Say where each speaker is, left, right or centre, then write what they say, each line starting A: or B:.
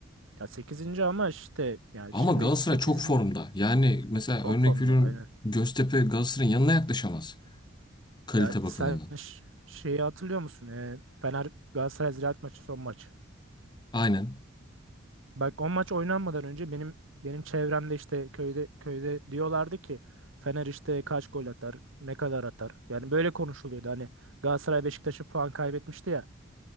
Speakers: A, on the right (about 75°); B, on the left (about 20°).
A: ya sekizinci ama işte yani
B: Ama
A: şimdi
B: Galatasaray
A: sekizinci
B: çok formda. Yani mesela
A: çok
B: örnek
A: formda
B: veriyorum
A: aynen.
B: Göztepe Galatasaray'ın yanına yaklaşamaz kalite
A: Ya
B: bakımından.
A: sen ş- şeyi hatırlıyor musun? E, Fener Galatasaray Ziraat maçı son maç.
B: Aynen.
A: Bak o maç oynanmadan önce benim benim çevremde işte köyde köyde diyorlardı ki Fener işte kaç gol atar, ne kadar atar. Yani böyle konuşuluyordu. Hani Galatasaray Beşiktaş'ı puan kaybetmişti ya.